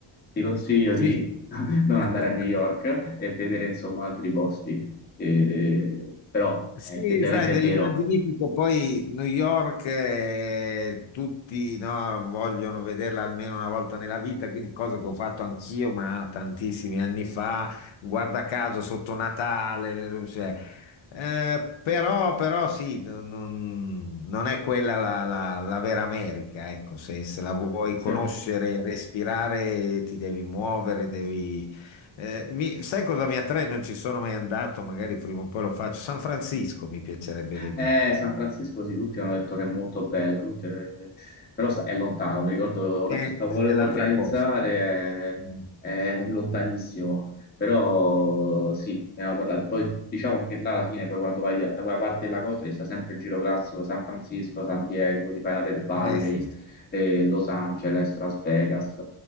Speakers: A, on the left; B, on the left.
A: ti consiglio
B: Sì.
A: di <laughs> non
B: <laughs>
A: andare a New York e vedere insomma altri posti. Eh, però
B: Sì,
A: eh, effettivamente
B: sai,
A: è
B: nell'immaginifico
A: vero.
B: poi New York eh, tutti no, vogliono vederla almeno una volta nella vita, quindi cosa che ho fatto anch'io, ma tantissimi anni fa, guarda caso sotto Natale, cioè, eh, però, però sì, n- non, non è quella la, la- la vera America, ecco, se, se la vuoi
A: Sì.
B: conoscere, respirare, ti devi muovere, devi eh, mi- sai cosa mi attrae? Non ci sono mai andato, magari prima o poi lo faccio. San Francisco mi piacerebbe vedere.
A: Eh, San Francisco, sì, tutti hanno detto che è molto bella, tutti- eh, però sta- è lontano. Mi ricordo, or-
B: Eh,
A: sta- volevo
B: è l'altra
A: organizzare,
B: cosa. Mm.
A: eh, è lontanissimo. Però sì, ne avevo parlato. Poi diciamo che là alla fine, poi quando vai da da quella parte della costa, ci sta sempre il giro classico, San Francisco, San Diego, ti fai la Death Valley,
B: Eh sì,
A: eh, Los Angeles, Las Vegas,